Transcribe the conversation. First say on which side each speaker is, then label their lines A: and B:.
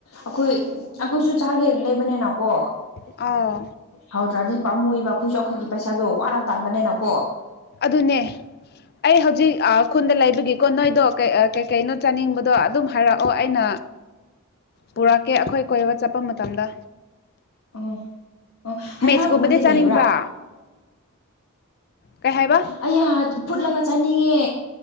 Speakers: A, on the left (about 75°); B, on the left (about 45°).
A: ꯑꯩꯈꯣꯏ ꯑꯩꯈꯣꯏꯁꯨ ꯆꯥꯒꯦ ꯂꯩꯕꯅꯤꯅꯀꯣ
B: ꯑꯥ
A: ꯍꯥꯎꯗ꯭ꯔꯗꯤ ꯄꯥꯝꯃꯨꯏꯑꯦꯕ ꯑꯩꯈꯣꯏꯁꯨ ꯑꯩꯈꯣꯏꯒꯤ ꯄꯩꯁꯥꯗꯣ ꯋꯥꯅ ꯇꯥꯟꯕꯅꯦꯅꯀꯣ
B: ꯑꯗꯨꯅꯦ ꯑꯩ ꯍꯧꯖꯤꯛ ꯑꯥ ꯈꯨꯟꯗ ꯂꯩꯕꯒꯤ ꯀꯣ ꯅꯣꯏꯗꯣ ꯀꯩ ꯑꯥ ꯀꯩꯀꯩꯅꯣ ꯆꯥꯅꯤꯡꯕꯗꯣ ꯑꯗꯨꯝ ꯍꯥꯏꯔꯛꯑꯣ ꯑꯩꯅ ꯄꯨꯔꯛꯀꯦ ꯑꯩꯈꯣꯏ ꯀꯣꯏꯕ ꯆꯠꯄ ꯃꯇꯝꯗ
A: ꯎꯝ ꯑꯣ ꯍꯩꯈꯥꯒꯨꯝꯕꯗꯤ
B: ꯃꯦꯠꯁꯀꯨꯝꯕꯗꯤ ꯆꯥꯅꯤꯡꯕ꯭ꯔꯥ
A: ꯂꯩꯕ꯭ꯔꯥ
B: ꯀꯩ ꯍꯥꯏꯕ
A: ꯑꯩꯌꯥ ꯐꯨꯠꯂꯒ ꯆꯥꯅꯤꯡꯉꯦ